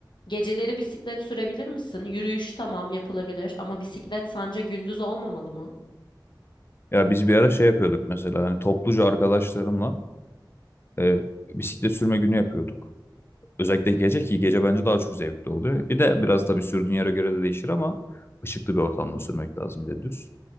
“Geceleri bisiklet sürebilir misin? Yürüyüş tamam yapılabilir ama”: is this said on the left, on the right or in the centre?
Left